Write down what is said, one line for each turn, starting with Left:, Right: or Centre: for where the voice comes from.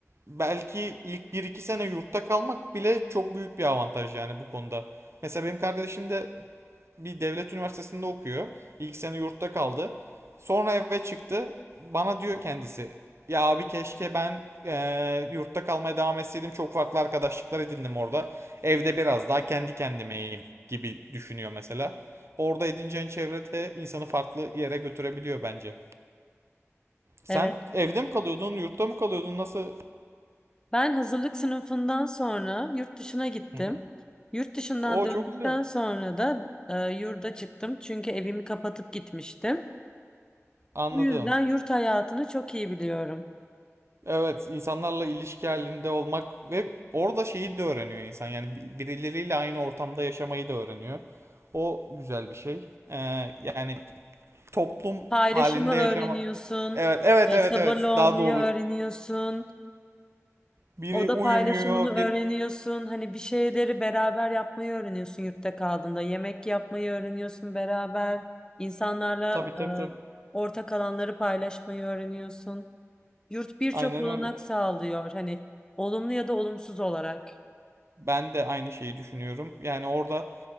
Right: belki ilk bir iki sene yurtta kalmak bile çok büyük bir avantaj yani bu konuda. Mesela benim kardeşim de bir devlet üniversitesinde okuyor. İlk sene yurtta kaldı. Sonra eve çıktı. Bana diyor kendisi. Ya abi keşke ben eee, yurtta kalmaya devam etseydim. Çok farklı arkadaşlıklar edindim orada. Evde biraz daha kendi kendimeyim gibi düşünüyor mesela. Orada edineceğin çevrede insanı farklı yere götürebiliyor bence. Sen
Left: Evet.
Right: evde mi kalıyordun, yurtta mı kalıyordun, nasıl?
Left: Ben hazırlık sınıfından sonra yurt dışına gittim.
Right: Hı hı.
Left: Yurt dışından
Right: O
Left: döndükten
Right: çok güzel.
Left: sonra da e, yurda çıktım. Çünkü evimi kapatıp gitmiştim.
Right: Anladım.
Left: Bu yüzden yurt hayatını çok iyi biliyorum.
Right: Evet, insanlarla ilişki halinde olmak ve orada şeyi de öğreniyor insan. Yani bi- birileriyle aynı ortamda yaşamayı da öğreniyor. O güzel bir şey. Ee, yani toplum
Left: Paylaşımı
Right: halinde
Left: öğreniyorsun,
Right: yaşamak. Evet, evet,
Left: e,
Right: evet,
Left: sabırlı
Right: evet.
Left: olmayı
Right: Daha doğru.
Left: öğreniyorsun,
Right: Biri
Left: oda
Right: uyumuyor,
Left: paylaşımını
Right: bir...
Left: öğreniyorsun. Hani bir şeyleri beraber yapmayı öğreniyorsun yurtta kaldığında. Yemek yapmayı öğreniyorsun beraber, insanlarla
Right: Tabii, tabii, tabii.
Left: e, ortak alanları paylaşmayı öğreniyorsun. Yurt birçok
Right: Aynen
Left: olanak
Right: öyle.
Left: sağlıyor. Hani olumlu ya da olumsuz olarak.
Right: Ben de aynı şeyi düşünüyorum. Yani orada